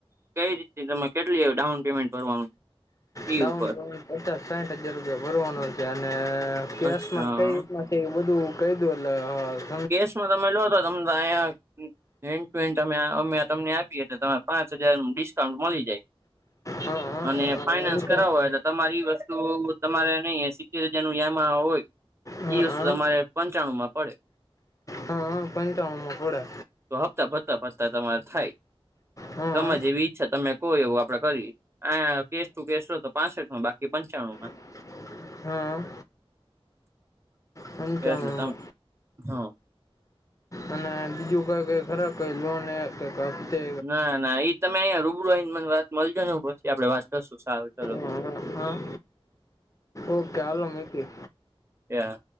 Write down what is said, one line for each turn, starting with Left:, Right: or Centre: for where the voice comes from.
Right: કઈ રીતની તમે કેટલી ડાઉન પેમેન્ટ ભરવાનું? ઈ
Left: ડાઉન
Right: ઉપર
Left: પેમેન્ટ પચાસ-સાઇઠ હજાર રૂપિયા ભરવાનું છે, અને કેસમાં
Right: અચ્છા
Left: કઈ રીતના એ બધું કઈ દું, એટેલ હ.
Right: કેસમાં તમે લો, તો તમે અહીયા હેન્ડ ટુ હેન્ડ, અમે અમે તમને આપી પિયે તો તમારે પાંચ હજાર ડિસ્કાઉન્ટ મલી જાય,
Left: હા
Right: અને
Left: હા
Right: ફાઈનાન્સ
Left: એમ તો
Right: કરાવો તમારી વસ્તુ તમારે નઈ સિત્તેર હજારનું યામહ હોય.
Left: હા
Right: ઈ વસ્તુ તમારે પંચાણું માં પડે.
Left: હા, હ, પંચનું માં ફડે.
Right: તો હપ્તા ફરતા ફરતા તમારે થાય.
Left: હા
Right: તમારે જેવી ઈચ્છા તમે કો એવું આપડે કરી. આ કેસ ટુ કેસો તો પાસઠમાં, બાકી પંચાણું માં.
Left: <unintelligible> હા. પંચાનું
Right: એટલે તમ
Left: માં.
Right: હ
Left: અને બીજું કઈ-કઈ ખરા, કઈ લોને. તો કફતે.
Right: ના, ના, ઈ તમે અહીંયા રૂબરૂ આને મને વાત મળજોને, પછી આપડ વાત કરશું, સારું ચલો.
Left: હા હા, ઓકે, હાલો મૂકી.
Right: એ હા.